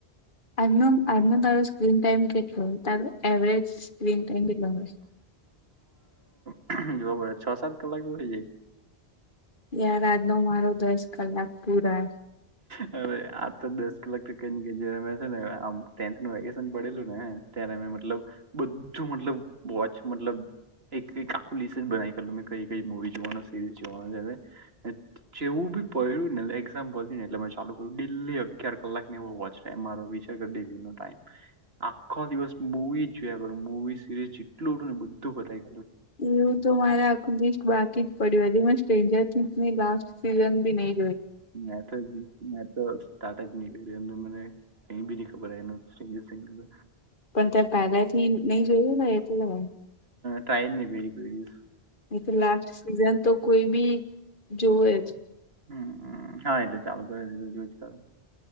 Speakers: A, on the left; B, on the right.
A: આજનો આજનો તારો સ્ક્રીન ટાઈમ કેટલોય તારો એવરેજ સ્ક્રીન ટાઈમ નમસ.
B: <unintelligible> જોવ છ સાત કલાક તો થઈ જાય.
A: યાર આજનો મારો દસ કલાક પૂરા.
B: હવે આ તો દસ કલાક કે કે જયારે મે છે ને આમ ટેન્થ નું વેકેશન પડેલું ને ત્યારે મે મતલબ બધું મતલબ વોચ મતલબ એક વીક આખું લિસ્ટ જ બનાવી કર લુ મે કઈ કઈ મુવી જોવા, સિરીઝ જોવાનું જેવું પૈડું ને લાઇ એક્ઝામ પતિ ને એટલે ચાલુ કર ડેલી અગીયાર કલાક ને વોચ ટાઈમ મારો વિચાર કર ડેલી નો ટાઈમ. આખો દિવસ મુવી જ જોયા કરું મૂવી સિરીઝ જેટલું ઉઠું ને બધું બતાય ગ
A: એવું તો મારા આખું લિસ્ટ બાક પડ્યું હતું, સ્ટ્રેન્જરની લાસ્ટ સીઝન બી નઈ
B: મેં તો જ મેં તો સ્ટા્ટ જ નહી કરી એ તો મને અહી બી ની ખબર એનું સિંગુ સિંગ તો
A: પણ તે પહેલાથી નહી જોયું ને એટલે.
B: ટાયમ ની <inaudible>
A: એ તો લાસ્ટ સિઝન તો કોઈ બી જોવે જ.
B: હમ્મ, હા એટલે ચાલુ કરી દીધું જો જ કર.